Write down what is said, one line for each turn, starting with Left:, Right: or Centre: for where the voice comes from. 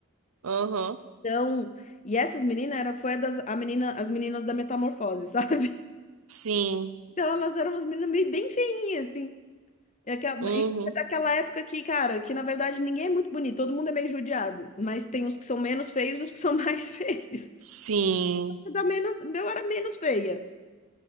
Right: aham.
Left: Então, e essas meninas era foi a das a menina, as meninas da metamorfose, sabe? <laughs>
Right: Sim.
Left: Então elas eram umas meninas meio bem feinhas, assim. É que- é
Right: Uhum.
Left: daquela época que, cara, que na verdade ninguém é muito bonito, todo mundo é meio judiado, mas tem os que são menos feios e os que são mais <laughs> feios.
Right: Sim.
Left: Eu era menos, eu era menos feia.